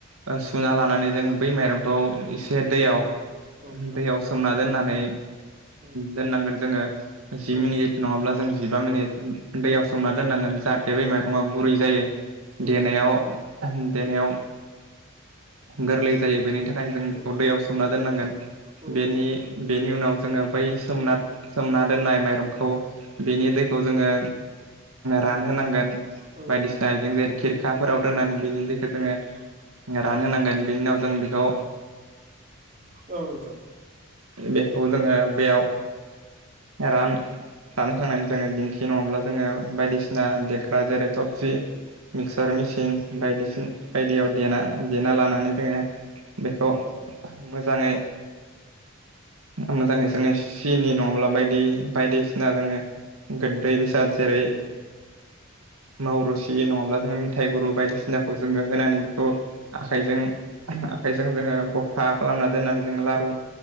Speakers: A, on the right; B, on the right.
A: ओ सुना
B: औ
A: लानानै जों बै माइरंफोराव एसे दैयाव
B: औ नोंथां
A: दैयाव सोमना दोननानै
B: औ
A: दोननांगोन। ओ जि
B: औ
A: मिनिट
B: औ
A: नङाब्ला जों जिबा मिनिट दैयाव
B: औ
A: सोमना दोननांगोन जा थे बै माइरङा गुरै जायो
B: औ नोंथां
A: देनायाव देनायाव गोरलै
B: औ
A: जायो बेनि थाखायनो जों बेखौ
B: औ
A: दैयाव सोमना दोननांगोन
B: नोंथां
A: बेनि
B: औ
A: बेनि उनाव जोङो बै सोमना सोमना दोननाय माइरंखौ बेनि दैखौ जोङो रान होनांगोन
B: औ
A: बायदिसिना आइजें जेरै खिरखाफोराव दोननानै बिनि दैखौ जोङो
B: औ नोंथां औ
A: रानहोनांगोन बिनि उनाव जों बेखौ
B: नोंथां औ
A: बेखौ जोङो बेयाव रान- रानखांनानै जोङो दिंखि नङाब्ला जोङो बायदिसिना ना देग्रा जेरै थफसि मिक्सार मेसिन बायदिसिन बायदियाव देना देना लानानै जोङो बेखौ मोजाङै मोजाङै जोंङो सिनि नङा ब्ला बायदि बायदिसिना जोङो गोदै बेसाद जेरै मावरुसि नङाब्ला जोङो फिथाइ गुरु बायदिसिनाखौ जोङो होनानै बेखौ आखाइजों आखाइजों जोङो गफा खालाम ना दोननानै जों लारु